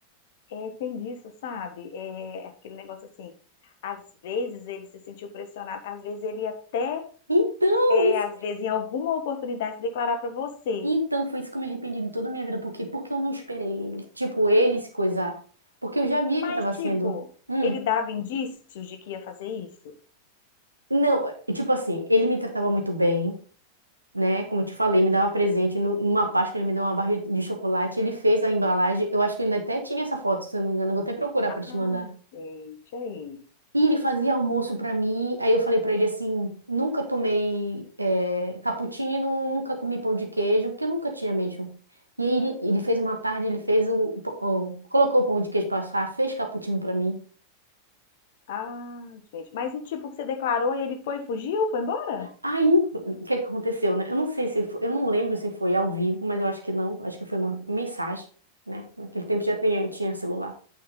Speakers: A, on the left; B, on the right.
A: é, tem disso, sabe? É é aquele negócio assim. Às vezes ele se sentiu pressionado, às vezes ele até,
B: Então,
A: é,
B: esse
A: às vezes em alguma oportunidade se declarar para você.
B: Então, foi isso que eu me arrependi de toda a minha vida. Por quê? Porque eu não esperei ele. Tipo, ele se coisar. Porque eu já via
A: Mas
B: que tava
A: tipo,
B: sendo. Hum.
A: ele dava indícios de que ia fazer isso.
B: Não, eh, tipo assim, ele me tratava muito bem, né? Como eu te falei, me dava presente. Nu- Numa Páscoa, ele me deu uma barra de de chocolate. Ele fez a embalagem. Eu acho que ele ainda até tinha essa foto, se eu não me engano. Eu vou até procurar
A: Ah,
B: pra te mandar.
A: gente, aí.
B: E ele fazia almoço pra mim. Aí eu falei pra ele assim: nunca tomei eh, cappuccino, nunca comi pão de queijo, porque eu nunca tinha mesmo. E aí ele, ele fez uma tarde, ele fez o, o pão- o- colocou o pão de queijo pra assar, fez cappuccino pra mim.
A: Ah, gente. Mas e tipo, que você declarou, ele foi, fugiu, foi embora?
B: Aí, o que é que aconteceu, né? Eu não sei se foi, eu não lembro se foi ao vivo, mas eu acho que não, acho que foi uma mensagem, né? Naquele tempo já tinha, tinha celular.